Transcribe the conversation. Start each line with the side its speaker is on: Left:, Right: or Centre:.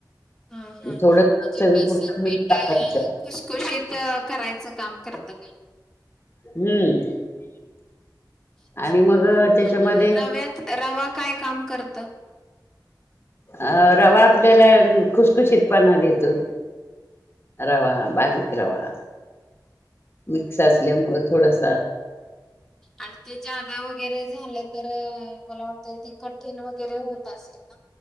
Centre: हा हा म्हणजे
Left: थोडं चवीपुरतं
Centre: बेसन
Left: मीठ
Centre: पीठ
Left: टाकायचं
Centre: खु कृषित करायचं काम करतं का?
Left: हम्म
Centre: अच्छा
Left: आणि मग त्याच्यामध्ये
Centre: आणि रव्यात रवा काय काम करत.
Left: अ रवा आपल्याला खुशखुशीतपणा देतो. रवा बारीक रवा मिक्स असल्यामुळे थोडसा
Centre: आणि ते जादा वगैरे झालं तर मला वाटत ते कठीण वगैरे होत असेल ना